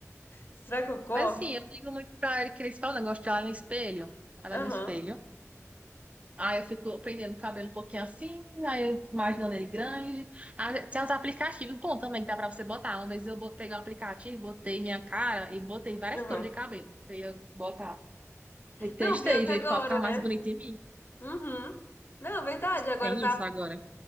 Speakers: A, on the left; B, on the right.
A: Será que eu corto?
B: Mas assim, eu digo muito pra ele que eles falam, negócio de olhar no espelho, olhar
A: Aham,
B: no espelho. Aí eu fico prendendo o cabelo um pouquinho assim, aí eu imaginando ele grande. ah tem uns aplicativos, bom, também que dá pra você botar. Uma vez eu bot- peguei um aplicativo, botei minha cara e botei várias
A: aham.
B: cores de cabelo. Eu ia botar. E testei,
A: Não, pior que
B: ver
A: agora,
B: qual ficava
A: né?
B: mais bonito em mim.
A: Uhum. Não, verdade, agora
B: Tem
A: tá
B: isso agora.